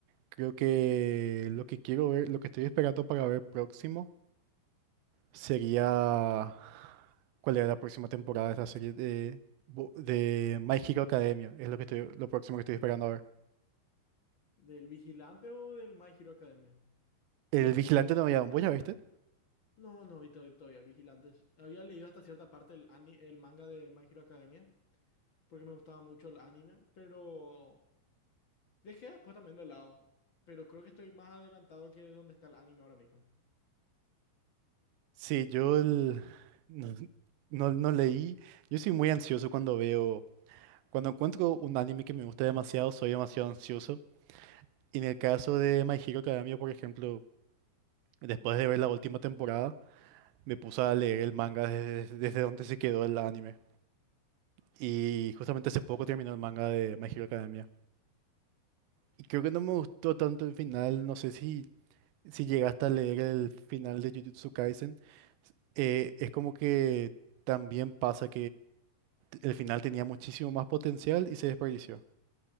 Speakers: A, on the right; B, on the left.
A: creo que lo que quiero ver, lo que estoy esperando para ver próximo sería... ¿Cuál era la próxima temporada de esta serie de, bo- de My Hero Academia? Es lo que estoy, lo próximo que estoy esperando a ver.
B: ¿Del Vigilante o del My Hero Academia?
A: El Vigilante Novedad, ¿vos ya viste?
B: No, no vi todavía, todavía Los Vigilantes. Había leído hasta cierta parte el, ani- el manga de My Hero Academia, porque me gustaba mucho el anime, pero dejé después también de lado. Pero creo que estoy más adelantado que donde está el anime ahora mismo.
A: Sí, yo el- no, no, no leí. Yo soy muy ansioso cuando veo, cuando encuentro un anime que me gusta demasiado, soy demasiado ansioso. Y en el caso de My Hero Academia, por ejemplo, después de ver la última temporada, me puse a leer el manga desde, desde donde se quedó el anime. Y justamente hace poco terminó el manga de My Hero Academia. Y creo que no me gustó tanto el final, no sé si, si llegaste a leer el final de Jujutsu Kaisen. Eh, es como que también pasa el final tenía muchísimo más potencial y se desperdició.